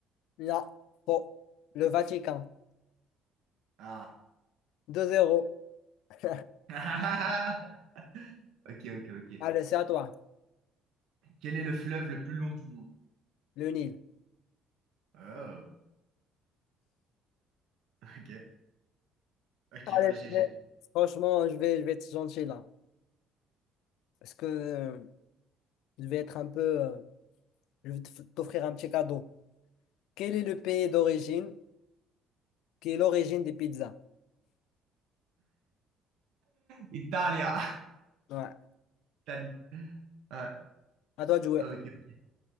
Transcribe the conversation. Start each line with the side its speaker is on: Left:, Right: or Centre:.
Left: Là, bon, le Vatican.
Right: Ah.
Left: 2 zéro. <laughs>
Right: <laughs> Ok, ok, ok.
Left: Allez, c'est à toi.
Right: Quel est le fleuve le plus long du monde?
Left: Le Nil.
Right: Oh. Ok, ok,
Left: Allez,
Right: bah GG.
Left: je vais- franchement, je vais, je vais être gentil là. Parce que euh, je vais être un peu. euh, je vais te- t'offrir un petit cadeau. Quel est le pays d'origine qui est l'origine des pizzas?
Right: Italia,
Left: Ouais.
Right: Italie. Ah Ouais,
Left: À toi de jouer.
Right: ah, ok. ok.